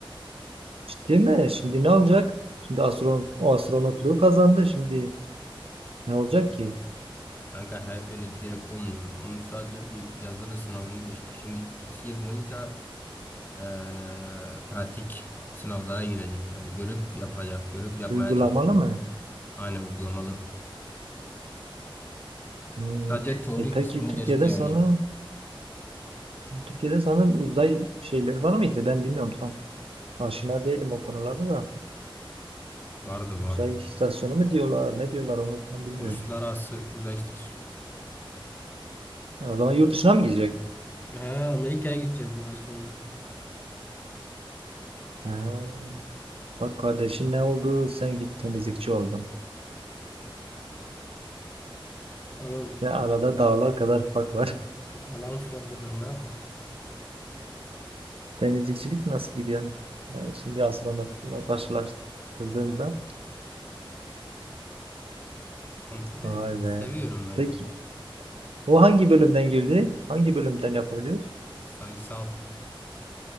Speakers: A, on the right; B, on the left.
A: Ciddi mi? Şimdi ne olacak? Şimdi astron o astronotluğu kazandı. Şimdi ne olacak ki?
B: Kanka her, öyle direkt olmuyor. Onun sadece bir yazılı sınavını geçti. Şimdi iki yıl boyunca eee, pratik sınavlara girecek. Yani görüp yapacak, görüp yapmaya
A: Uygulamalı
B: çalışacak.
A: mı?
B: Aynen uygulamalı.
A: Hmm.
B: Sadece teori
A: E peki
B: kısmını
A: Türkiye'de
B: geçti yani.
A: sana Türkiye'de sanırım uzay şeyleri var mıydı? Ben bilmiyorum tam. Aşina değilim o konularda da.
B: Vardı vardı.
A: Uzay istasyonu mu diyorlar? Ne diyorlar onu tam bilmiyorum.
B: Uluslararası uzay istasyonu.
A: Ya o zaman yurt dışına mı gidecek?
B: Ha, Amerika'ya gidecek bu ay sonu.
A: Ha, bak kardeşin ne oldu? Sen git temizlikçi oldun.
B: Oğlum
A: Ya arada dağlar kadar fark var.
B: alan farkıdır ne yapak?
A: <laughs> Temizlikçilik nasıl gidiyor? Yani şimdi astronomikle karşılaştırdığında.
B: Sıkıntı değil
A: Vay
B: ya. Seviyorum
A: be.
B: ben
A: Peki
B: ya.
A: o hangi bölümden girdi? Hangi bölümden yapabiliyoruz?
B: Sayısal.